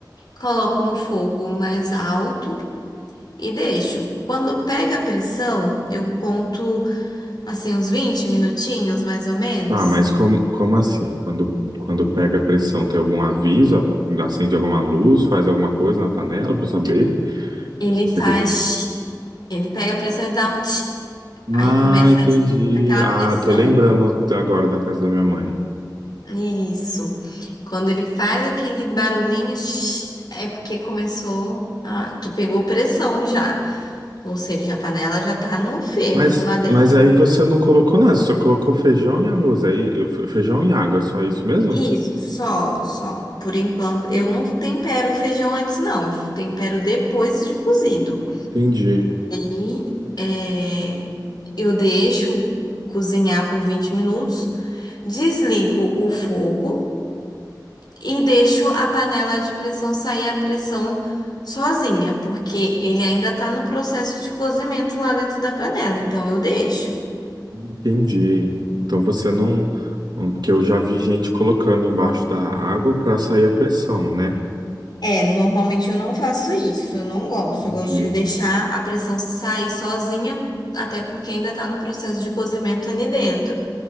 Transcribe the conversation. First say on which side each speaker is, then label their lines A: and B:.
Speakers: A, on the left; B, on the right.
A: Coloco no fogo mais alto e deixo. Quando pega a pressão, eu conto assim uns 20 minutinhos mais ou menos.
B: Tá, mas como, como assim? Quando, quando pega a pressão, tem algum aviso? Acende alguma luz? Faz alguma coisa na panela para eu saber?
A: Ele
B: Se pegou.
A: faz, ele pega a pressão e dá um tch. Aí
B: Ah,
A: começa
B: entendi.
A: aquela
B: Ah,
A: pressão.
B: tô lembrando agora da casa da minha mãe.
A: Isso. Quando ele faz aquele barulhinho, shh, é porque começou a, que pegou pressão já. Ou seja, a panela já tá no fervo
B: Mas,
A: lá dentro.
B: mas aí você não colocou nada, você só colocou feijão e arroz. Aí, eh, fe- feijão e água, é só isso mesmo?
A: Isso, só, só. Por enquanto, eu não tempero o feijão antes, não. Eu tempero depois de cozido.
B: Entendi,
A: E é, eu deixo cozinhar por 20 minutos, desligo o fogo. e deixo a panela de pressão sair a pressão sozinha, porque ele ainda tá no processo de cozimento lá dentro da panela, então eu deixo.
B: entendi. Então você não. não- Porque eu já vi gente colocando embaixo da água para sair a pressão, né?
A: É, normalmente eu não faço isso, eu não gosto,
B: Entendi.
A: eu gosto De deixar a pressão sair sozinha, até porque ainda tá no processo de cozimento ali dentro,